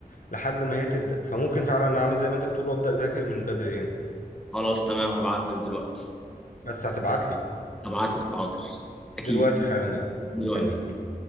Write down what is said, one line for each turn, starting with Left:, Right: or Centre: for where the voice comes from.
Left: لحد ما هي تبدا فممكن فعلا انا اعمل زي ما انت بتقول وابدا اذاكر من بدري يعني
Centre: خلاص تمام هبعت لك دلوقتي
Left: بس هتبعت لي
Centre: هبعت لك حاضر اكيد
Left: دلوقتي حالا يلا
Centre: دلوقتي
Left: مستنيك